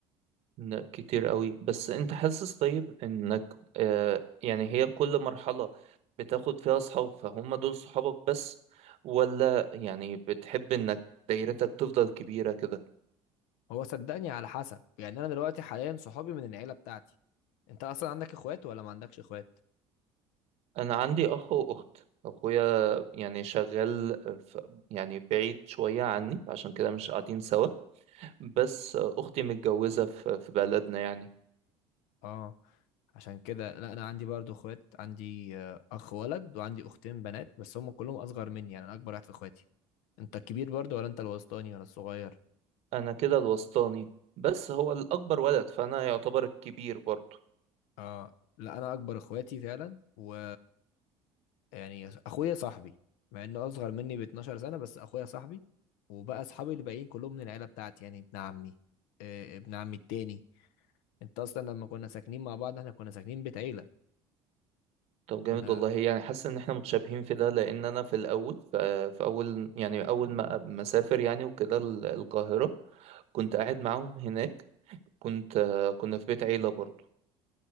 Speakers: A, on the right; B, on the left.
A: لا كتير قوي بس انت حاسس طيب انك آه يعني هي كل مرحلة بتاخد فيها اصحاب فهم دول صحابك بس ولا يعني بتحب انك دايرتك تفضل كبيرة كده
B: هو صدقني على حسب يعني انا دلوقتي حاليا صحابي من العيله بتاعتي انت اصلا عندك اخوات ولا ما عندكش اخوات
A: انا عندي اخ واخت اخويا يعني شغال في يعني بعيد شوية عني عشان كده مش قاعدين سوا بس اختي متجوزة في في بلدنا يعني
B: اه عشان كده لا انا عندي برضو اخوات عندي آه، اخ ولد وعندي اختين بنات بس هم كلهم اصغر مني يعني انا اكبر واحد في اخواتي انت الكبير برضو ولا انت الوسطاني ولا الصغير
A: انا كده الوسطاني بس هو الاكبر ولد فانا يعتبر الكبير برضه
B: اه لا انا اكبر اخواتي فعلا و يعني اخويا صاحبي مع انه اصغر مني ب 12 سنه بس اخويا صاحبي وبقى اصحابي اللي باقيين كلهم من العيله بتاعتي يعني ابن عمي آه، ابن عمي التاني انت اصلا لما كنا ساكنين مع بعض احنا كنا ساكنين بيت عيله
A: طب جامد
B: كنا
A: والله يعني حاسس ان احنا متشابهين في ده لان انا في الاول ف- في اول يعني اول ما مسافر يعني وكده ال- القاهره كنت قاعد معاهم هناك كنت آه، كنا في بيت عيله برضو